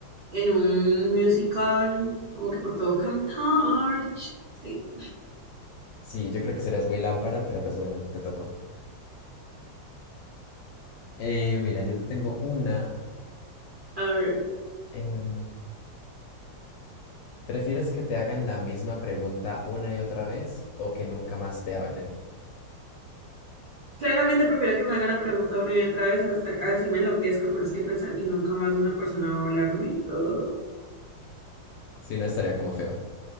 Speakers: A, on the right (about 75°); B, on the left (about 80°).
A: en un musical, como que por todo cantar. Ch- Sí,
B: Sí, yo creo que serías muy lámpara, pero pues bueno, te tocó. Eh, mira, yo te tengo una.
A: a ver.
B: em, ¿prefieres que te hagan la misma pregunta una y otra vez o que nunca más te hablen?
A: Claramente prefiero que me hagan la pregunta una y otra vez hasta así me enloquezca, pero es que pensar que nunca más una persona va a hablarme, ugh,
B: Si no, estaría como feo.